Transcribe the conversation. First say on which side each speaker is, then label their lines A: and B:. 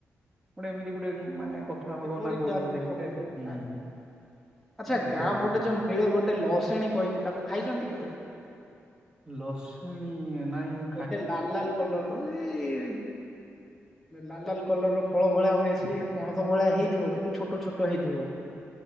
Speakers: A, on the right; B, in the centre.
A: ଗୋଟେ ଏମିତି ଗୋଟେ ମାନେ
B: ହଁ
A: କଥା ହବ
B: ସେପରି
A: ନା କୋଉଠି
B: ଚାଲିଛି
A: ଗୋଟେ ଦେଖିଲେ
B: ଆଉ ହଉଛି
A: ହୁଁ।
B: ଖାଇବୁ। ଆଚ୍ଛା
A: ଏମିତି
B: ଗାଁ
A: ସବୁ ଯେ
B: ପଟେ ଯୋଉ ମିଳେ ଗୋଟେ ଲସେଣୀ କହିକି ତାକୁ ଖାଇଛନ୍ତି କେବେ।
A: ଲସ୍ <unintelligible>
B: ଗୋଟେ ଲାଲ ଲାଲ କଲର ର ଏଇ ଲାଲ ଲାଲ କଲର ର ଫଳ ଭଳିଆ ହୁଏ ସି ପଣସ ଭଳିଆ ହେଇଥିବ କିନ୍ତୁ ଛୋଟ ଛୋଟ ହେଇଥିବ।